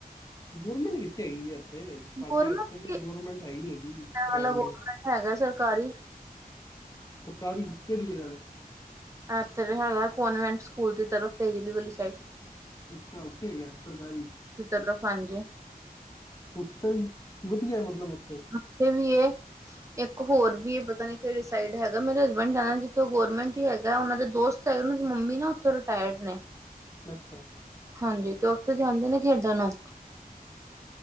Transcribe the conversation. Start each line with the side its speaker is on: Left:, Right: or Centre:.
Left: ਗਵਰਮੈਂਟ ਕਿੱਥੇ ਹੈਗੀ ਜੀ ਇੱਥੇ ਸਾਡੇ
Right: ਗੌਰਮੈਂਟ
Left: ਇਥੇ ਦੀ ਗਰਮੈਂਟ ਹੈਈ ਨੀ ਹੈਗੀ
Right: ਵਾਲਾ
Left: ਅਕੈਡਮੀ।
Right: ਗੌਰਮੈਂਟ ਹੈਗਾ ਸਰਕਾਰੀ।
Left: ਸਰਕਾਰੀ ਕਿਹੜੀ ਜਗਾ ਤੇ
Right: ਐਥੇ ਤੇ ਹੈਗਾ ਕੋਨਵੈਂਟ ਸਕੂਲ ਦੀ ਤਰਫ ਤੇਜਲੀ ਵਾਲੀ ਸਾਈਡ।
Left: ਅੱਛਾ ਉੱਥੇ ਹੈਗੇ ਆ ਸਰਕਾਰੀ।
Right: ਇਸਦਾਮਤਲਬ ਹਾਂਜੀ।
Left: ਅੱਛਾ ਜ ਵਧੀਆ ਮਤਲਬ ਉੱਥੇ
Right: ਨ ਕੇ ਲਿਐ ਇੱਕ ਹੋਰ ਵੀ ਪਤਾ ਨੀ ਕਿਹੜੇ ਸਾਈਡ ਹੈਗਾ ਮੇਰੇ ਹਸਬੈਂਡ ਜਾਣਗੇ ਤੇ ਗਵਰਮੈਂਟ ਹੀ ਹੈਗਾ ਉਹਨਾਂ ਦੇ ਦੋਸਤ ਚ ਉਹ ਦੀ ਮੰਮੀ ਨਾ ਉੱਥੋਂ ਰਿਟਾਇਰਡ ਨੇ
Left: ਅੱਛਾ <unintelligible>
Right: ਹਾਂਜੀ ਤੇ ਉੱਥੇ ਜਾਂਦੇ ਨੇ ਖੇਡਣ ਨੂੰ